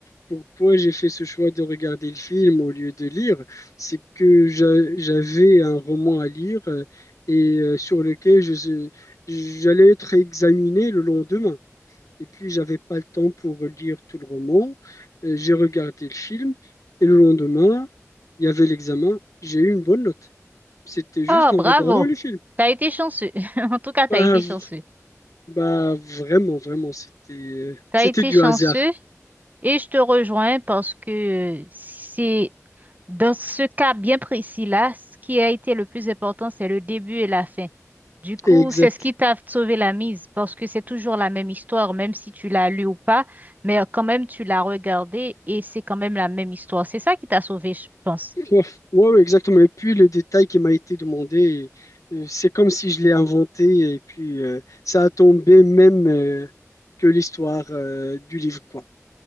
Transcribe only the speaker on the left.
Pourquoi j'ai fait ce choix de regarder le film au lieu de lire, c'est que j'a- j'avais un roman à lire euh, et euh, sur lequel je, j'allais être examiné le lendemain. Et puis, j'avais pas le temps pour lire tout le roman. Euh, J'ai regardé le film et le lendemain, il y avait l'examen. J'ai eu une bonne note. C'était juste
en
regardant le film.
Bah,
bah vraiment, vraiment, c'était
c'était
du
hasard.
Exact.
Ouais, ouais, ouais, exactement. Et puis le détail qui m'a été demandé, euh, c'est comme si je l'ai inventé et puis euh, ça a tombé même euh, que l'histoire euh, du livre, quoi.